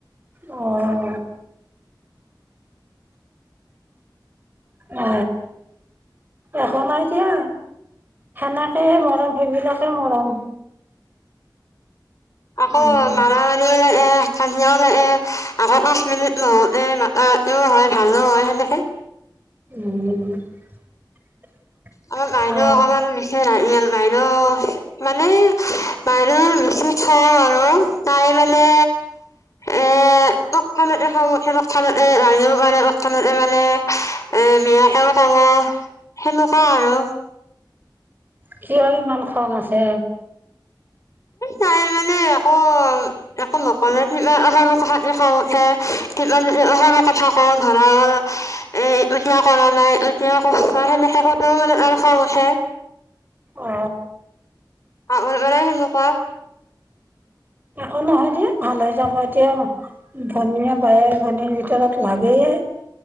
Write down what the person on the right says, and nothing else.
অ'। অ একো নাই দিয়া, সেনেকে মৰম সেইবিলাকে মৰম।
উম
উম <inaudible>
অ
কিয় ইমান খং আছে।
অ
অ', নহয় দিয়া ভাল হৈ যাব এতিয়া, ভনীয়ে বায়েক ভনীৰ ভিতৰত লাগ সেয়ে